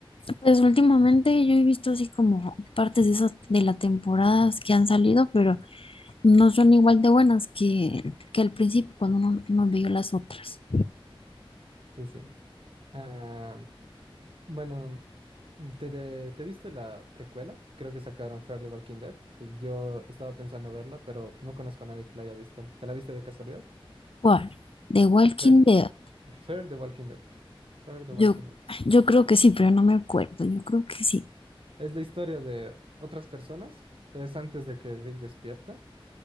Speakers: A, on the left; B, on the right.
A: Pues últimamente yo he visto así como partes de esas de las temporadas que han salido, pero no son igual de buenas que, que al principio cuando uno, uno vio las otras.
B: Sí, sí. Ah, bueno, ¿te, te, te viste la precuela? Creo que sacaron Fear the Walking Dead. Yo estaba pensando verla, pero no conozco a nadie que la haya visto. ¿Te la viste de casualidad?
A: ¿Cuál? ¿The Walking
B: Fe-
A: Dead?
B: Fear the Walking Dead. Fear the
A: Yo,
B: Walking Dead.
A: yo creo que sí, pero no me acuerdo. Yo creo que sí.
B: Es la historia de otras personas. Es antes de que Rick despierta.